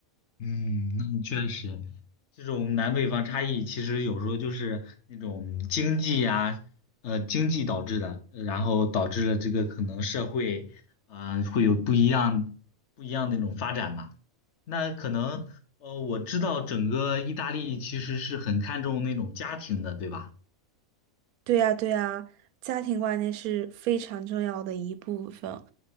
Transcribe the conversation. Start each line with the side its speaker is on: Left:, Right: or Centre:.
Left: 嗯，那确实，这种南北方差异其实有时候就是那种经济呀、呃，经济导致的，呃然后导致了这个可能社会，呃，会有不一样不一样的那种发展嘛。那可能，呃，我知道整个意大利其实是很看重那种家庭的，对吧？
Right: 对呀，对呀，家庭观念是非常重要的一部分。